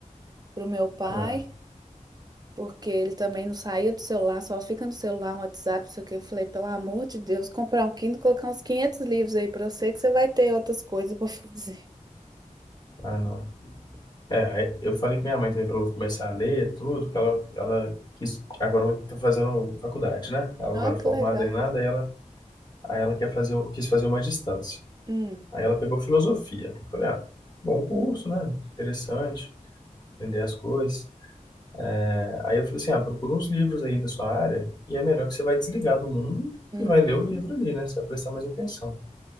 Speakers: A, on the right; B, on the left.
A: pro meu pai
B: É.
A: porque ele também não saía do celular, só fica no celular, no WhatsApp, não sei o que. Eu falei, pelo amor de Deus, comprar um Kindle, colocar uns quinhentos livros aí pra você, que você vai ter outras coisas pra <laughs> fazer.
B: Ah, não. É, aí eu falei com minha mãe também para eu começar a ler tudo, que ela, ela quis, agora ela tá fazendo faculdade, né? Ela
A: Ó,
B: não era formada
A: que legal.
B: em nada, aí ela, aí ela quer fazer, o- quis fazer uma distância.
A: Hum,
B: Aí ela pegou filosofia. Eu Falei, ah, bom curso, né? Interessante, aprender as coisas. É, Aí eu falei assim, ah, procura uns livros aí da sua área e é melhor que você vai desligar do mundo
A: uhum.
B: e vai ler o livro ali, né? Você vai prestar mais atenção.